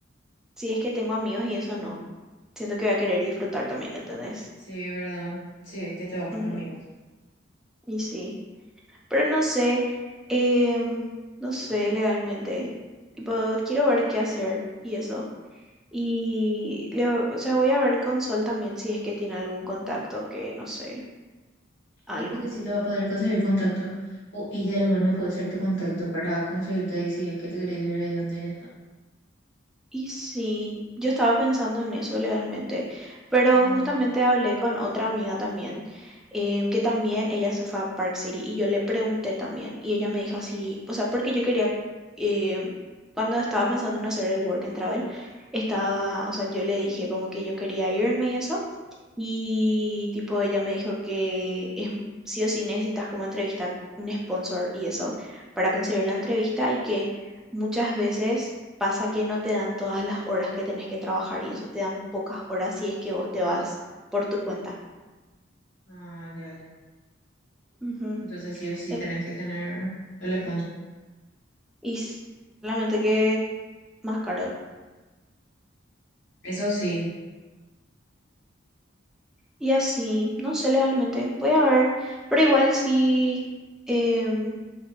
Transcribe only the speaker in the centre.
si es que tengo amigos y eso no. Siento que voy a querer disfrutar también, ¿entendés?
Ujú,
Y sí. Pero no sé, em, no sé legalmente. Tipo, quiero ver qué hacer y eso. Y le, o sea, voy a ver con Sol también si es que tiene algún contacto que no sé, algo.
Y sí, yo estaba pensando en eso realmente, pero
justamente hablé con otra amiga también, em, que también ella se fue a Park City y yo le pregunté también y ella me dijo así, o sea, porque yo quería, em, cuando estaba pensando en hacer el work and travel, estaba, o sea, yo le dije como que yo quería irme y eso. Y tipo, ella me dijo que es sí o sí necesitas como entrevista un sponsor y eso para conseguir la entrevista y que muchas veces pasa que no te dan todas las horas que tenés que trabajar y eso te dan pocas horas si es que vos te vas por tu cuenta.
Ujú.
Eh,
Y s- solamente que más caro.
Y así, no sé legalmente, voy a ver, pero igual sí em,